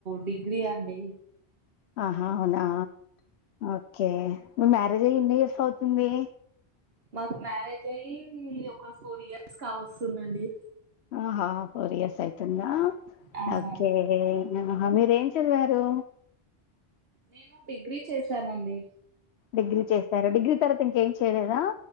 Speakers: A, on the right (about 65°); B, on the left (about 80°).
A: డిగ్రీ అండి
B: ఆహా అవునా ఓకే మీ మ్యారేజ్ అయ్యి ఏన్ని ఇయర్స్ అవుతుంది
A: మాకు మ్యారేజ్ అయ్యి ఒక ఫోర్ ఇయర్స్ కావస్తుందండి
B: ఆహా ఫోర్ ఇయర్స్ అయితుందా
A: అవునండి
B: ఓకే హా మీరూ ఏం చదివారు
A: నేను డిగ్రీ చేశానండి
B: డిగ్రీ చేసారు డిగ్రీ తర్వాత ఇంకేం చేయలేదా